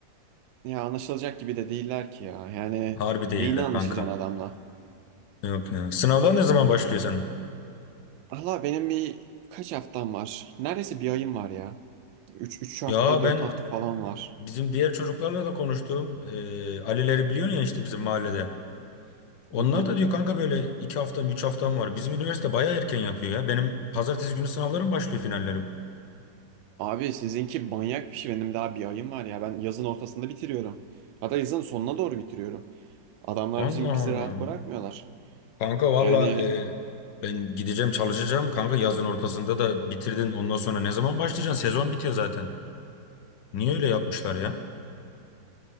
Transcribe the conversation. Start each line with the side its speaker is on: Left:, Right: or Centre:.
Right: Ya anlaşılacak gibi de değiller ki ya. Yani
Left: Harbi değiller
Right: neyini anlaşacaksın
Left: kanka.
Right: adamla?
Left: Yok ya. Sınavlar
Right: O,
Left: ne zaman başlıyor senin?
Right: Allah benim bir kaç haftam var? Neredeyse bir ayım var ya. Üç üç hafta
Left: Ya
Right: 4
Left: ben
Right: hafta falan var.
Left: bizim diğer çocuklarla da konuştum. Ee, Ali'leri biliyorsun ya işte bizim mahallede. Onlar
Right: Mhm.
Left: da diyor kanka böyle iki haftam üç haftam var. Bizim üniversite baya erken yapıyor ya. Benim pazartesi günü sınavlarım başlıyor finallerim.
Right: Abi sizinki manyak bir şey. Benim daha bir ayım var ya. Ben yazın ortasında bitiriyorum. Hatta yazın sonuna doğru bitiriyorum. Adamlar
Left: Allah
Right: bizim bizi
Left: Allah.
Right: rahat bırakmıyorlar.
Left: Kanka valla
Right: Yani
Left: e, ben gideceğim çalışacağım. Kanka yazın ortasında da bitirdin. Ondan sonra ne zaman başlayacaksın? Sezon bitiyor zaten. Niye öyle yapmışlar ya?